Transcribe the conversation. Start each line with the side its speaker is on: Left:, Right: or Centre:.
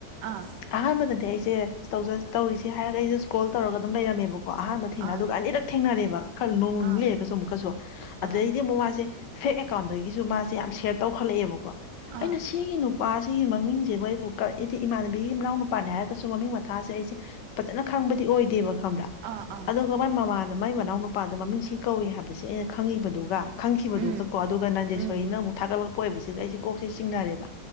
Right: ꯑꯥ
Left: ꯑꯍꯥꯟꯕꯗ ꯑꯗꯨꯗꯤ ꯑꯩꯁꯦꯧ ꯇꯧꯔꯤꯁꯦ ꯍꯥꯏꯔꯒ ꯑꯩꯁꯦ ꯁ꯭ꯀ꯭ꯔꯣꯜ ꯇꯧꯔꯒ ꯑꯗꯨꯝ ꯂꯩꯔꯝꯃꯦꯕꯣ ꯀꯣ ꯑꯍꯥꯟꯕ ꯊꯦꯡꯅ
Right: ꯑꯥ
Left: ꯑꯗꯨꯒ ꯑꯅꯤꯔꯛ ꯊꯦꯡꯅꯔꯦꯕ ꯈꯔ ꯅꯣꯡ
Right: ꯑꯥ
Left: ꯂꯩꯔꯒꯁꯨ ꯑꯃꯨꯛꯀꯁꯨ ꯑꯗꯨꯗꯩꯗꯤ
Right: ꯑꯥ
Left: ꯑꯃꯨꯛ ꯃꯥꯁꯦ ꯐꯦꯛ ꯑꯦꯀꯥꯎꯟꯗꯒꯤꯁꯨ ꯃꯥꯁꯦ ꯌꯥꯝ ꯁꯦꯌꯔ ꯇꯧꯍꯜꯂꯛꯑꯦꯕꯀꯣ
Right: ꯑꯥ
Left: ꯑꯩꯅ ꯁꯤꯒꯤ ꯅꯨꯄꯥꯁꯤꯒꯤ ꯃꯃꯤꯡ ꯕꯨ ꯑꯩꯕꯨ ꯀ ꯏꯗꯤ ꯏꯃꯥꯟꯅꯕꯤꯒꯤ ꯃꯅꯥꯎ ꯅꯨꯄꯥꯅꯦ ꯍꯥꯏꯔꯒꯁꯨ ꯃꯃꯤꯡ ꯃꯊꯥꯁꯦ ꯑꯩꯁꯦ ꯐꯖꯅ ꯈꯪꯕꯗꯤ ꯑꯣꯏꯗꯦꯕ ꯈꯪꯕ꯭ꯔꯥ
Right: ꯑꯥ ꯑꯥ
Left: ꯑꯗꯨꯒ ꯃꯒꯤ ꯃꯃꯥ ꯃꯥꯏ ꯃꯅꯥꯎ ꯅꯨꯄꯥꯗ ꯃꯃꯤꯡ ꯁꯤ ꯀꯧꯏ ꯍꯥꯏꯕꯁꯦ ꯑꯩꯅ ꯈꯪꯉꯤꯕꯗꯨꯒ ꯈꯪꯈꯤꯕꯗꯨꯒ
Right: ꯎꯝ
Left: ꯀꯣ ꯑꯗꯨꯒ ꯅꯟꯗꯦꯁꯣꯔꯤꯅ
Right: ꯎꯝ
Left: ꯑꯃꯨꯛ ꯊꯥꯒꯠꯂꯛꯄ ꯑꯣꯏꯕꯁꯤꯒ ꯑꯩꯦ ꯀꯣꯛꯁꯦ ꯆꯤꯡꯅꯔꯦꯕ